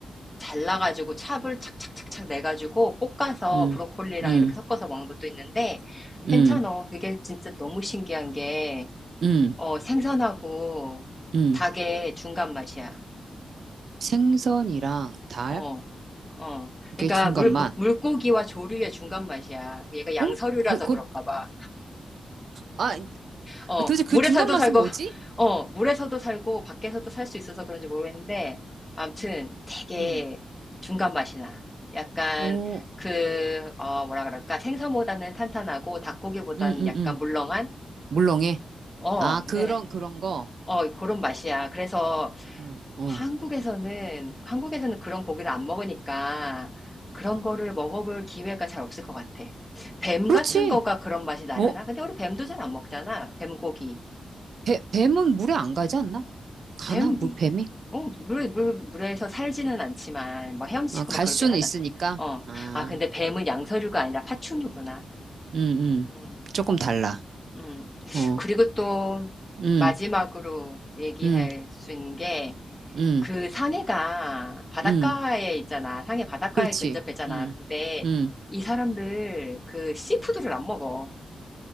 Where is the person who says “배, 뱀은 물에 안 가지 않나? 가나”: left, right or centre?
Right